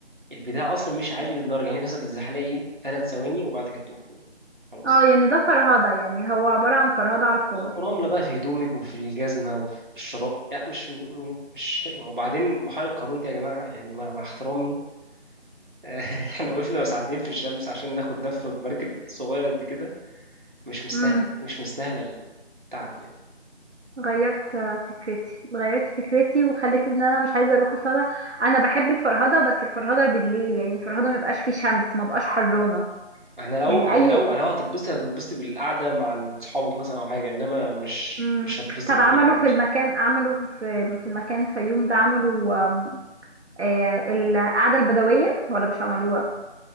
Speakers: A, on the right; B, on the right.
A: البتاع اصلا مش عادي للدرجه يعني انت مثلا بتزحلقي ايه ثلاث ثواني وبعد كده بتقفي خلاص
B: اه يعني ده فرهدة يعني هو عبارة عن فرهدة على الفاضي
A: اه ورملة بقى في هدومك وفي الجزمة وفي الشراب يعني مش م- مش حلوة وبعدين بحيرة قارون دي يا جماعة يعني مع, مع احترامي <laughs> احنا وقفنا ساعتين في الشمس عشان ناخد لفة بمركب صغيرة قد كده مش مستاهلة
B: امم
A: يعني مش مستاهلة التعب يعني
B: غيرت آه، فكرتي غيرت فكرتي وخليت ان انا مش عايزه اروح اصل انا أنا بحب الفرهده بس الفرهده بالليل يعني الفرهده ما يبقاش فيه شمس ما بقاش حرانه
A: احنا لو
B: يعني
A: يعني
B: اي
A: لو انا لو هتتبسطي هتتبسطي بالقعدة مع صحابك مثلا او حاجة انما مش
B: مم.
A: مش هتتبسطي
B: طب
A: بالمكان
B: عملوا
A: قوي
B: في المكان عملوا في في المكان فيوم ده عملوا آم، آه، القعده البدويه ولا مش عملوها